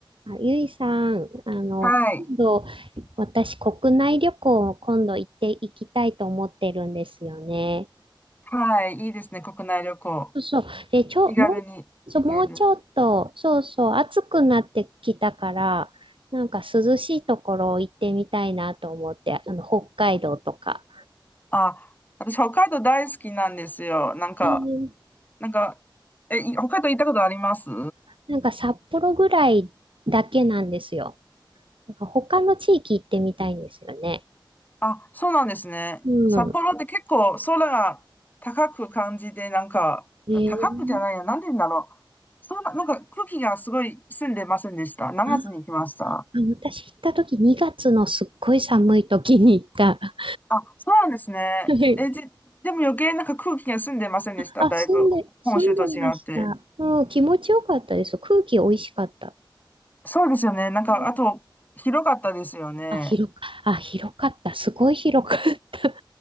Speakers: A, on the right; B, on the left.
A: あゆいさん、あの、
B: はい。
A: 今度、私、国内旅行を今度行っていきたいと思ってるんですよね。
B: はい。いいですね。国内旅行。
A: そうそう。で、ちょ、
B: 気軽に行ける。
A: もう、そう、もうちょっと、そうそう、暑くなってきたから、なんか涼しいところ行ってみたいなと思って、あの、北海道とか。
B: あ、私、北海道大好きなんですよ。なんか、
A: えー
B: なんか、え、い北海道行ったことあります
A: なんか札幌ぐらいだけなんですよ。なんか他の地域行ってみたいんですよね。
B: あ、そうなんですね。
A: うん。
B: 札幌って結構空が高く感じで、なんか、
A: えー、
B: 高くじゃないや、なんて言うんだろう。そうな、なんか空気がすごい澄んでませんでした。7月に来ました。
A: ああの私行った時2月のすっごい寒い時に行った。
B: あ、そうなんですね。
A: <laughs>
B: え、じ、でも余計なんか空気が澄んでませんでした。
A: あ、
B: だいぶ本州と違って。
A: あ、住んで、住んでました。うん、気持ちよかったです。空気美味しかった。
B: そうですよね。なんか、
A: うん。
B: あと、広かったですよね。
A: あ、広か、あ、広かった。すごい広かった。<laughs>